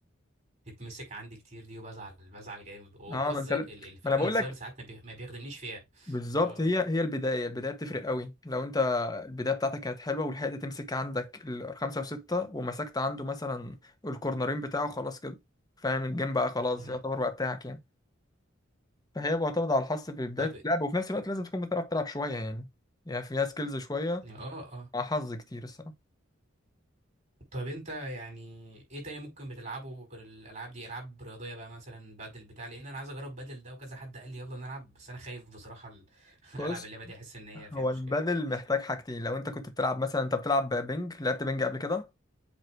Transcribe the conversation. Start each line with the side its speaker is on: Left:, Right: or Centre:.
Right: تتمسك عندي كتير دي وبزعل بزعل جامد والحظ
Left: أه ما أنت
Right: ال-
Left: لا-
Right: الفكره
Left: ما أنا بقول
Right: ان الظاهر
Left: لك
Right: ساعات ما بي- ما بيخدمنيش فيها
Left: بالظبط
Right: اه
Left: هي
Right: اه
Left: هي البداية البداية بتفرق قوي لو أنت البداية بتاعتك كانت حلوة ولحقت تمسك عندك الخمسة وستة ومسكت عنده مثلا الكورنرين بتاعه خلاص كده فاهم الجيم بقى خلاص
Right: مم.
Left: يعتبر بقى بتاعك يعني فهي معتمدة على الحظ في بداية
Right: طب
Left: اللعبة وفي نفس الوقت لازم تكون بتعرف تلعب شوية يعني يعني فيها سكيلز شوية
Right: اه اه
Left: مع حظ كتير الصراحة
Right: طب انت يعني ايه تاني ممكن بتلعبه غير الالعاب دي العاب رياضيه بقى مثلا بدل بتاع لان انا عايز اجرب بدل ده وكذا حد قال لي يلا نلعب بس انا خايف بصراحه ال- <laughs> العب
Left: بس
Right: اللعبه دي احس ان هي فيها
Left: هو
Right: مشكله
Left: البادل محتاج حاجتين لو انت كنت بتلعب مثلا انت بتلعب بينج لعبت بينج قبل كده